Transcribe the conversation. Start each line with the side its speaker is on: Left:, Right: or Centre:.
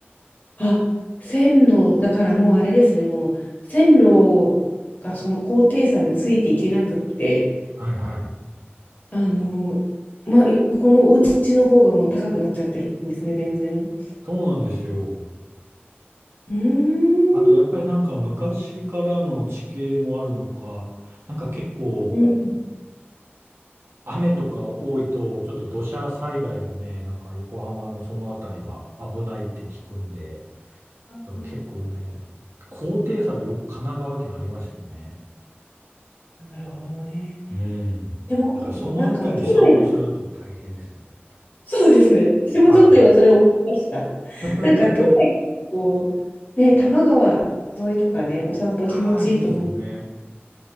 Left: あ、線路、だからもうあれですね、もう線路がその高低差についていけなくって、
Right: はいはい。
Left: あの、まあ、横のお家の方がもう高くなっちゃってるんですね、全然。
Right: そうなんですよ。
Left: うーん。
Right: あとやっぱりなんか昔からの地形もあるのか、なんか結構
Left: うん
Right: 雨とか多いと、ちょっと土砂災害もね、なんか横浜のそのあたりは危ないって聞くんで、
Left: あー
Right: だから結構ね、高低差はよ、神奈川県ありますよね。
Left: なるほどね。
Right: うん。
Left: でも、あとなんか都内だ、
Right: だからそのあたり散歩すると大変ですね。
Left: そうですね。私もちょっと今それを思いました。
Right: はい。<laughs>
Left: なんか都内だと、ね、多摩川沿いとかね、お散歩気持ちいいと思う
Right: ああ、いいですよね。